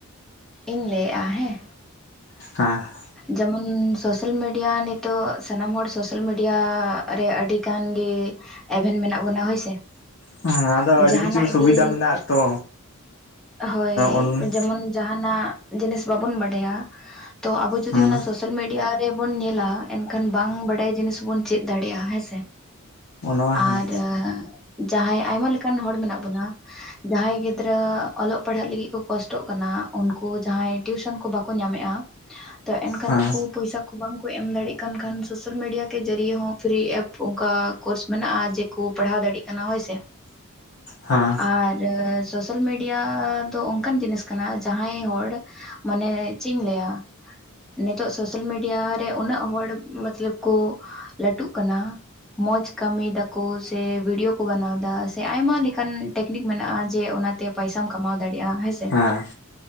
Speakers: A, in the centre; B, on the left (about 55°).
A: ᱤᱧ ᱞᱟᱹᱭᱮᱜᱼᱟ ᱦᱮᱸ᱾
B: <inaudible>
A: ᱡᱮᱢᱚᱱ ᱥᱳᱥᱟᱞ ᱢᱤᱰᱤᱭᱟ ᱱᱤᱛᱚᱜ ᱥᱟᱱᱟᱢ ᱦᱚᱲ ᱥᱳᱥᱟᱞ ᱢᱤᱰᱤᱭᱟ ᱨᱮ ᱟᱹᱰᱤᱜᱟᱱ ᱜᱮ ᱮᱵᱷᱮᱱ ᱢᱮᱱᱟᱜ ᱵᱚᱱᱟ ᱦᱳᱭ ᱥᱮ᱾
B: ᱦᱮᱸ ᱟᱫᱚ ᱟᱹᱰᱤ
A: ᱡᱟᱦᱟᱱᱟᱜ
B: ᱠᱤᱪᱷᱩ ᱥᱩᱵᱤᱫᱷᱟ
A: ᱜᱮ
B: ᱢᱮᱱᱟᱜᱼᱟ ᱛᱚ
A: ᱦᱳᱭ
B: ᱚᱱ
A: ᱡᱮᱢᱚᱱ ᱡᱟᱦᱟᱱᱟᱜ ᱡᱤᱱᱤᱥ ᱵᱟᱵᱚᱱ ᱵᱟᱰᱟᱭᱟ ᱛᱚ ᱟᱵᱚ ᱡᱩᱫᱤ
B: ᱦᱮᱸ
A: ᱚᱱᱟ ᱥᱳᱥᱟᱞ ᱢᱤᱰᱤᱭᱟ ᱨᱮᱵᱚᱱ ᱧᱮᱞᱟ ᱮᱱᱠᱷᱟᱱ ᱵᱟᱝ ᱵᱟᱰᱟᱭ ᱡᱤᱱᱤᱥ ᱵᱚᱱ ᱪᱮᱫᱽ ᱫᱟᱲᱮᱭᱟᱜᱼᱟ ᱦᱮᱸ ᱥᱮ,
B: ᱚᱱᱟ ᱦᱮᱸ
A: ᱟᱨ ᱡᱟᱸᱦᱟᱸᱭ ᱟᱭᱢᱟ ᱞᱮᱠᱟᱱ ᱦᱚᱲ ᱢᱮᱱᱟᱜ ᱵᱚᱱᱟ᱾ ᱡᱟᱦᱟᱸᱭ ᱜᱤᱫᱽᱨᱟᱹ ᱚᱞᱚᱜ ᱯᱟᱲᱦᱟᱜ ᱞᱟᱹᱜᱤᱫ ᱠᱚ ᱠᱚᱥᱴᱚᱜ ᱠᱟᱱᱟ ᱩᱱᱠᱩ ᱡᱟᱦᱟᱸᱭ ᱴᱤᱭᱩᱥᱚᱱ ᱠᱚ ᱵᱟᱠᱚ ᱧᱟᱢᱮᱜᱼᱟ, ᱛᱚ ᱮᱱᱠᱷᱟᱱ
B: ᱦᱮᱸ
A: ᱩᱱᱠᱩ ᱯᱩᱭᱥᱟ ᱠᱚ ᱵᱟᱝᱠᱚ ᱮᱢ ᱫᱟᱲᱮᱭᱟᱜ ᱠᱟᱱ ᱠᱷᱟᱱ ᱥᱳᱥᱟᱞ ᱢᱤᱰᱤᱭᱟ ᱠᱮ ᱡᱟᱹᱨᱭᱮ ᱦᱚᱸ ᱯᱷᱤᱨᱤ ᱮᱯᱥ ᱚᱱᱠᱟ ᱠᱳᱨᱥ ᱢᱮᱱᱟᱜᱼᱟ ᱡᱮ ᱠᱩ ᱯᱟᱲᱦᱟᱣ ᱫᱟᱲᱮᱭᱟᱜ ᱠᱟᱱᱟ ᱦᱳᱭᱥᱮ,
B: ᱦᱮᱸ
A: ᱟᱨ ᱥᱳᱥᱟᱞ ᱢᱤᱰᱤᱭᱟ ᱫᱚ ᱚᱱᱠᱟᱱ ᱡᱤᱱᱤᱥ ᱠᱟᱱᱟ ᱡᱟᱦᱟᱸᱭ ᱦᱚᱲ ᱢᱟᱱᱮ ᱪᱮᱫᱽ ᱤᱧ ᱞᱟᱹᱭᱟ ᱱᱤᱛᱚᱜ ᱥᱳᱥᱟᱞ ᱢᱤᱰᱤᱭᱟ ᱨᱮ ᱩᱱᱟᱹᱜ ᱦᱚᱲ ᱢᱚᱛᱞᱚᱵ ᱠᱚ ᱞᱟᱹᱴᱩᱜ ᱠᱟᱱᱟ ᱢᱚᱡᱽ ᱠᱟᱹᱢᱤᱭ ᱫᱟᱠᱚ ᱥᱮ ᱵᱷᱤᱰᱭ ᱠᱚ ᱵᱮᱱᱟᱣ ᱫᱟ ᱥᱮ ᱟᱭᱢᱟ ᱞᱮᱠᱟᱱ ᱴᱮᱠᱱᱤᱠ ᱢᱮᱱᱟᱜ-ᱟ ᱡᱮ ᱚᱱᱟᱛᱮ ᱯᱚᱭᱥᱟᱢ ᱠᱟᱢᱟᱣ ᱫᱟᱲᱤᱟ ᱦᱮᱸᱥᱮ᱾
B: ᱦᱮᱸ